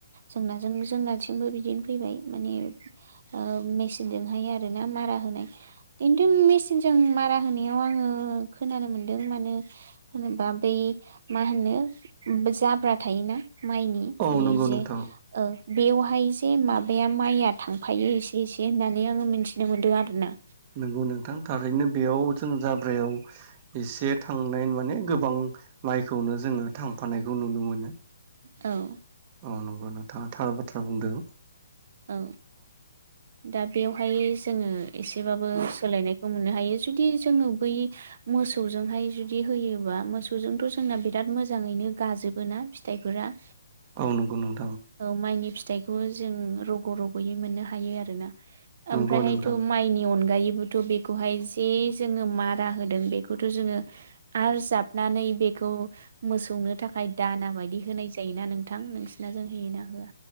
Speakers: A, on the right; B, on the right.
A: जोंजों जोंनाथिंबो बिदिनो फैबाय माने ओ मेचिनजोंहाय आरो मारा होनाय जों मेसिनजों मारा होनायाव आङो खोनानो मोनदों मानो होनोबा बै मा होनो बे जाब्रा थायोना माइनि
B: औ
A: बे
B: नंगौ
A: जे
B: नोंथां
A: ओ बेवहाय जे माबाया माइया थांफायो एसे एसे होननानै आङो मिथिनो मोन्दों आरो ना
B: नंगौ नोंथां थारैनो बेयाव जों जाब्रायाव एसे थांनाय माने गोबां माइखौनो जोङो थांफानायखौ नुनो मोनो
A: औ
B: अ नंगौ नोंथाङा थार बाथ्रा बुंदों
A: औ दा बेवहायो जोङो एसेबाबो सोलायनायखौ मोननो हायो जुदि जोङो बै मोसौजोंहाय जुदि होयोबा मोसौजोंथ जोंना बिराद मोजाङैनो गाजोबो ना फिथाइफोरा
B: औ नंगौ
A: औ माइनि फिथाइखौबो जों रग रगयै मोननो हायो आरोना
B: नंगौ
A: ओमफ्रायहायथ
B: नोंथां
A: माइनि अन- गायैबोथ बेखौहाय जे जोङो मारा होदों बेखौथ जोङो आरो जाबनानै बेखौ मोसौनो थाखाय दाना बायदि होनाय जायोना नोंथां नोंसिना जों होयोना होआ?